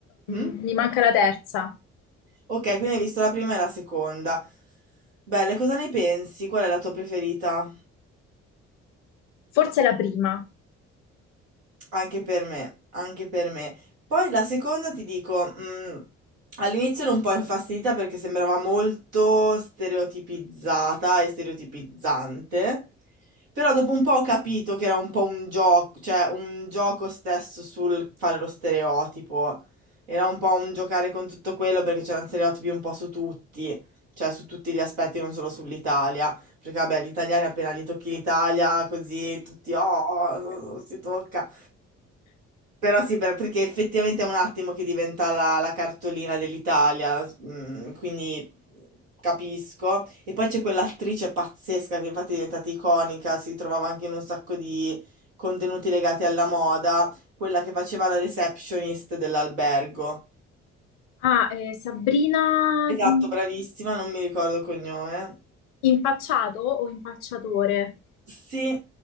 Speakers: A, on the right; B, on the left.
A: Mm?
B: mm, mi manca la terza,
A: Ok, quindi hai visto la prima e la seconda. Belle, cosa ne pensi? Qual è la tua preferita?
B: forse la prima.
A: Anche per me, anche per me. Poi la seconda ti dico, mm, all'inizio ero un po' infastidita perché sembrava molto stereotipizzata e stereotipizzante, però dopo un po' ho capito che era un po' un gioco, cioè un gioco stesso sul fare lo stereotipo. Era un po' un giocare con tutto quello perché c'erano stereotipi un po' su tutti, cioè su tutti gli aspetti, non solo sull'Italia. Perché vabbè, gli italiani appena gli tocchi l'Italia, così tutti, oh, oh, si tocca. Però sì, per- perché effettivamente è un attimo che diventa la, la cartolina dell'Italia, mm, quindi capisco. E poi c'è quell'attrice pazzesca che infatti è diventata iconica, si trovava anche in un sacco di contenuti legati alla moda, quella che faceva la receptionist dell'albergo.
B: Ah, eh, Sabrina,
A: Esatto,
B: mm,
A: bravissima, non mi ricordo il cognome.
B: Impacciato o impacciatore?
A: Sì,